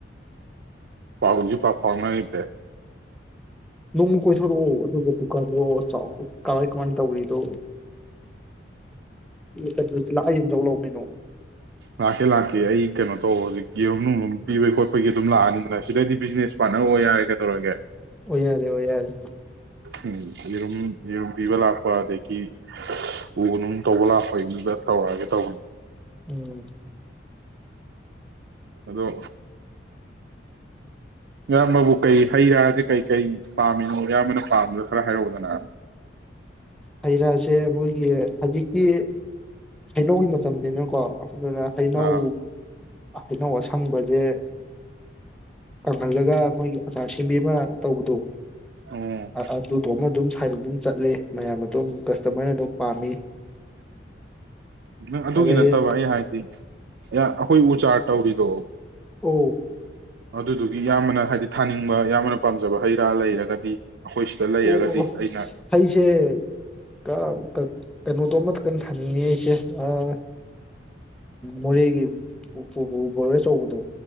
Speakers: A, on the right; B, in the centre.
A: ꯄꯥꯎꯖꯤ ꯄꯥꯛ ꯐꯥꯎꯃꯈꯤꯗꯔ꯭ꯦ
B: ꯅꯣꯡꯃ ꯀꯣꯏꯊꯣꯔꯛꯑꯣ ꯑꯗꯨꯒ ꯗꯨꯀꯥꯟꯗꯣ ꯆꯥꯎ ꯀꯃꯥꯏ ꯀꯃꯥꯏ ꯇꯧꯔꯤꯗꯣ ꯂꯜ ꯂꯜ ꯂꯥꯛꯑ ꯌꯦꯡꯖꯧ ꯂꯥꯎ ꯀꯩꯅꯣ
A: ꯂꯥꯛꯀꯦ ꯂꯥꯛꯀꯦ ꯑꯩ ꯀꯦꯅꯣ ꯇꯧꯕꯒꯤ ꯌꯦꯔꯨꯝ ꯅꯨꯡꯂꯨꯡ ꯄꯤꯕꯩ ꯈꯣꯠꯄꯒꯤ ꯗꯨꯝ ꯂꯥꯛꯑꯅꯤꯗꯅ ꯁꯤꯗꯩꯗꯤ ꯕꯤꯖꯤꯅꯦꯁ ꯄꯥꯠꯅꯔ ꯑꯣꯏ ꯌꯥꯔꯦ ꯀꯩꯗꯧꯔꯒꯦ
B: ꯑꯣꯏ ꯌꯥꯔꯦ ꯑꯣꯏ ꯌꯥꯔꯦ
A: ꯎꯝ ꯌꯦꯔꯨꯝ ꯌꯦꯔꯨꯝ ꯄꯤꯕ ꯂꯥꯛꯄ ꯑꯗꯒꯤ ꯎꯅꯨꯡ ꯇꯧꯕ ꯂꯥꯛꯄꯩꯗꯨꯗ ꯇꯧꯔꯛꯑꯒꯦ ꯇꯧꯕꯅꯤ
B: ꯎꯝ
A: ꯑꯗꯣ ꯏꯌꯥꯝꯕꯕꯨ ꯀꯩ ꯍꯩ ꯔꯥꯖꯦ ꯀꯩꯀꯩ ꯄꯥꯝꯃꯤꯅꯣ ꯏꯌꯥꯝꯕꯅ ꯄꯥꯝꯕꯗꯣ ꯈꯔ ꯍꯥꯏꯔꯛꯎꯗꯅ
B: ꯍꯩ ꯔꯥꯁꯦ ꯃꯣꯏꯒꯤ ꯍꯖꯤꯛ ꯇꯤ ꯍꯩꯅꯧꯒꯤ ꯃꯠ ꯇꯝꯅꯤꯅ ꯀꯣ ꯑꯗꯨꯅ ꯍꯩꯅꯧ
A: ꯑꯥ
B: ꯍꯩꯅꯧ ꯑꯁꯪꯕꯖꯦ ꯀꯪꯍꯜꯂꯒ ꯃꯣꯏꯒꯤ ꯑꯆꯥꯔ ꯁꯦꯝꯕꯤ ꯑꯃ ꯇꯧꯕꯗꯣ
A: ꯎꯝ
B: ꯑꯑꯗꯨꯗꯣꯃꯠ ꯗꯨꯝ ꯁꯥꯏꯗ ꯗꯨꯝ ꯆꯠꯂꯦ ꯃꯌꯥꯝ ꯗꯨꯝ ꯀꯁꯇꯃꯔꯅ ꯑꯗꯨꯝ ꯄꯥꯝꯃꯤ
A: ꯅꯪ ꯑꯗꯨꯒꯤ
B: ꯑꯗꯩ
A: ꯅꯠꯇꯕ ꯑꯩ ꯍꯥꯏꯕꯗꯤ ꯌꯥ ꯑꯈꯣꯏ ꯎ ꯆꯥꯔ ꯇꯧꯔꯤꯗꯣ
B: ꯑꯧ
A: ꯑꯗꯨꯗꯨꯒꯤ ꯌꯥꯝꯕꯅ ꯍꯥꯏꯗꯤ ꯊꯥꯅꯤꯡ ꯕ ꯏꯌꯥꯝꯕꯅ ꯄꯥꯝꯖꯕ ꯍꯩ ꯔꯥ ꯂꯩꯔꯒꯗꯤ ꯑꯩꯈꯣꯏ ꯁꯤꯗ ꯂꯩꯔꯒꯗꯤ
B: ꯑꯣ ꯑꯣ ꯑꯣ
A: ꯑꯩꯅ
B: ꯍꯩꯁꯦ ꯀ ꯀꯩꯅꯣꯗꯣ ꯑꯃꯈꯇꯪ ꯊꯥꯅꯤꯡꯉꯤ ꯑꯩꯁꯦ ꯑꯥ ꯃꯣꯔꯦꯒꯤ <unintelligible> ꯕꯣꯔꯣꯏ ꯑꯆꯧꯕꯗꯣ